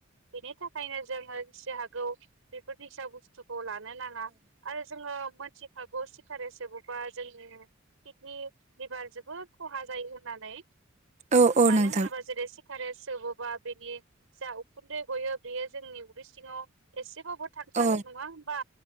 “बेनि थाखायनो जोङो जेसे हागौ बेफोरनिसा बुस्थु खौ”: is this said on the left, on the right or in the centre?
Right